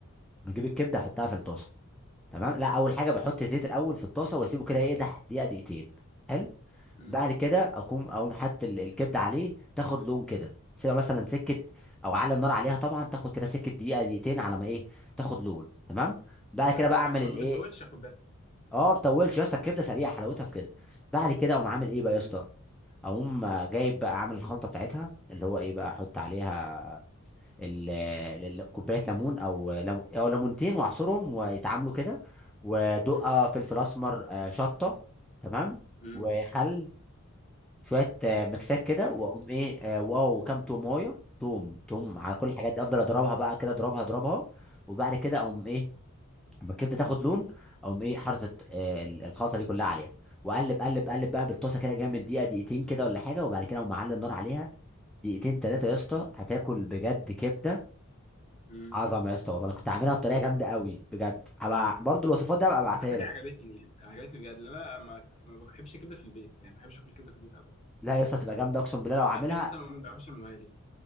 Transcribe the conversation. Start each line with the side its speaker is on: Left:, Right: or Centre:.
Centre: بجيب الكبده احطها في الطاسه تمام لا اول
Left: امم
Centre: حاجه بحط زيت الاول في الطاسه واسيبه كده يقدح دقيقه دقيقتين حلو
Left: امم
Centre: بعد كده اقوم اقوم حاطط ال- الكبده عليه تاخد لون كده سيبها مثلا سكه او على النار عليها طبعا تاخد كده سكه دقيقه دقيقتين على ما ايه تاخد لون تمام بعد
Left: فاهم
Centre: كده بقى
Left: كده
Centre: اعمل
Left: طب
Centre: الايه
Left: ما بتطولش خد بالك
Centre: اه ما بطولش يا اسطى الكبده سريعه حلاوتها في كده بعد كده اقوم عامل ايه بقى
Left: امم
Centre: يا اسطى اقوم جايب بقى اعمل الخلطه بتاعتها اللي هو ايه بقى احط عليها ال- ال- ال- كوبايه ليمون او لم- او ليمونتين واعصرهم ويتعاملوا كده ودقه
Left: امم
Centre: فلفل اسمر آه، شطه تمام
Left: امم
Centre: وخل شويه آه، ميكسات كده
Left: جامد
Centre: واقوم ايه آه، واو كام تومايه توم توم على كل الحاجات دي افضل اضربها بقى كده اضربها اضربها وبعد كده اقوم ايه اما الكبده تاخد لون اقوم ايه حاطط آه، ال- الخلطه دي كلها عليها واقلب قلب قلب بقى بالطاسه كده جامد دقيقه دقيقتين كده ولا حاجه وبعد كده اقوم معلي النار عليها دقيقتين ثلاثه يا اسطى هتاكل بجد كبده
Left: امم
Centre: عظمه يا اسطى والله انا كنت عاملها بطريقه جامده قوي بجد هبقى برضو الوصفات دي هبقى ابعتها
Left: على فكره
Centre: لك
Left: عجبتني عجبتني بجد لأن انا ما ما بحبش الكبده في البيت يعني ما بحبش اكل الكبده في البيت ابدا
Centre: لا يا اسطى تبقى جامده اقسم بالله
Left: من
Centre: لو عاملها
Left: بدري مثلا ما بعرفش اعملها لي